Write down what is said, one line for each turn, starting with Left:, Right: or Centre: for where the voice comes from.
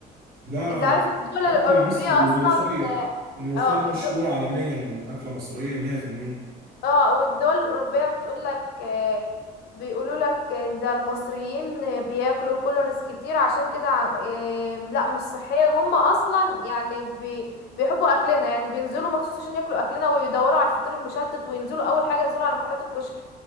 Right: لا
Left: انت عارف
Right: أنا-
Left: ان الدول
Right: الاكل
Left: الاوروبيه
Right: المصري والملوخيه
Left: اصلا آه،
Right: الملوخيه
Left: اه
Right: دي مشهوره
Left: الد-
Right: عالميا إن اكله مصريه 100%
Left: اه والدول الأوروبية بتقولك آه، بيقولولك آه، ده المصريين آه، بياكلوا كولرز كتير عشان كده ع- آه، لا مش صحيا هم أصلا يعني بي بيحبوا أكلنا يعني بينزلوا مخصوص عشان ياكلوا أكلنا ويدوروا على الفطير المشلتت وينزلوا أول حاجة ينزلوا على محلات الكشري